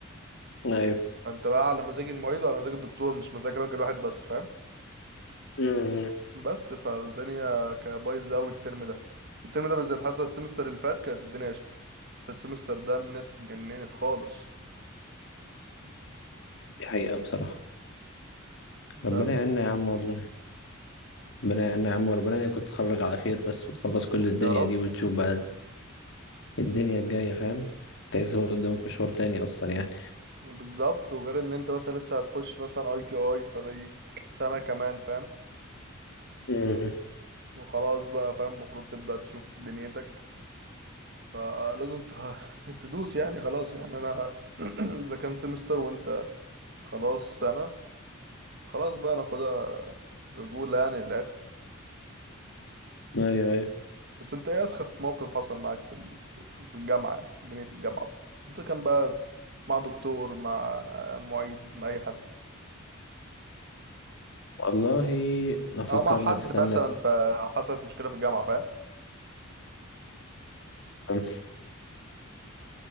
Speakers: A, on the left; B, on the right.
A: ايوه
B: فانت بقى على مزاج المعيد وعلى مزاج الدكتور مش مزاج راجل واحد بس فاهم
A: امم
B: بس فالدنيا كانت بايظة قوي الترم ده الترم ده بالذات حتى السمستر اللي فات كانت الدنيا قشطة بس السمستر ده الناس اتجننت خالص
A: دي حقيقه بصراحه ربنا
B: بس
A: يعيننا يا عم والله ربنا يعيننا يا عم وربنا يعينك تتخرج على خير بس وتخلص كل الدنيا
B: يا رب
A: دي وتشوف بقى الدنيا الجايه فاهم انت لسه برضه قدامك مشوار تاني اصلا يعني
B: بالظبط وغير ان انت مثلا لسه هتخش مثلا اي تي اي فدي سنة كمان فاهم
A: امم
B: وخلاص بقى فاهم المفروض تبدأ تشوف دنيتك فلازم تخ... <laughs> تدوس يعني خلاص يعني انا <clears throat> اذا كان سمستر وانت خلاص سنة فخلاص بقى ناخدها رجولة يعني للآخر
A: ايوه ايوه
B: بس انت ايه اسخف موقف حصل معاك في ال... في في الجامعة يعني دنيا الجامعة ده كان بقى مع دكتور مع معيد مع اي حد
A: والله افكر
B: او مع حد
A: لك استنى
B: مثلا فحصلت مشكلة في الجامعة
A: في